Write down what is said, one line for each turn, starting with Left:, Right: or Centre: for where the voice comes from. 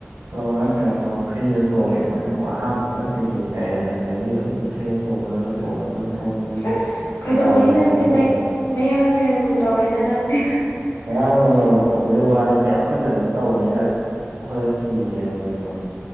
Right: ꯇꯣꯡꯉꯒ ꯐꯅ ꯐ ꯐ꯭ꯔꯤꯗ ꯇꯣꯡꯉꯦ ꯑꯩꯈꯣꯏꯣꯡ ꯑꯍꯥꯟꯕꯒ ꯇꯤꯀꯦ ꯀꯥꯛꯑꯦ ꯑꯗꯒꯤ ꯑꯗꯨꯝ ꯐꯩꯅ ꯇꯣꯡꯕꯗꯨꯅ ꯇꯣꯡꯕꯗꯨꯅ ꯇꯣꯡꯕꯗꯨꯅ
Left: ꯑꯁ ꯀꯩꯗꯧꯕꯒꯤ
Right: ꯕꯦꯂꯥ ꯂꯣꯏꯗ꯭ꯔꯤꯐꯥꯎ
Left: ꯅꯪꯗꯤ
Right: ꯇꯣꯡꯉꯦ
Left: ꯃꯩ ꯃꯌꯥꯡꯅ ꯌꯥꯝ ꯂꯨ ꯇꯧꯔꯦꯅ ꯅꯪꯗꯤ
Right: ꯃꯌꯥꯡ ꯂꯥꯎꯅ ꯇꯧꯕꯒꯤ ꯋꯥ ꯅꯠꯇꯦ ꯑꯈꯣꯏ ꯂꯝꯗ ꯇꯧꯕꯅꯤꯅ ꯑꯈꯣꯏꯗ ꯀꯤꯕꯅꯦꯕ ꯃꯣꯏꯗꯣ